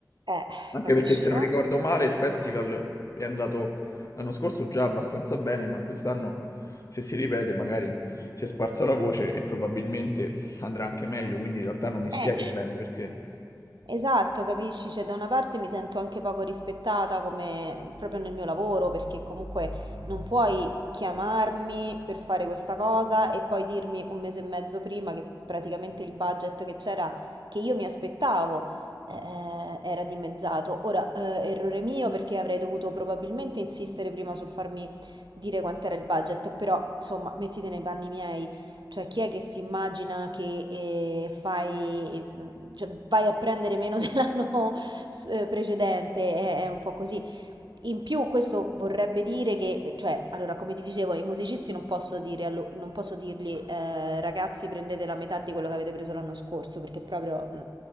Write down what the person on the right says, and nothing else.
eh,
capisci,
no?
Eh.
Esatto, capisci? Cioè, da una parte mi sento anche poco rispettata come proprio nel mio lavoro, perché comunque non puoi chiamarmi per fare questa cosa e poi dirmi un mese e mezzo prima che praticamente il budget che c'era, che io mi aspettavo, eh, era dimezzato. Ora, eh, errore mio perché avrei dovuto probabilmente insistere prima sul farmi dire quant'era il budget, però insomma, mettiti nei panni miei. Cioè, chi è che si immagina che eh, fai, eh, cioè, vai a prendere meno dell'anno <laughs> s- eh, precedente? È, è un po' così. In più, questo vorrebbe dire che, cioè, allora, come ti dicevo, i musicisti non posso dire allo- non posso dirgli, eh, ragazzi, prendete la metà di quello che avete preso l'anno scorso, perché proprio mh,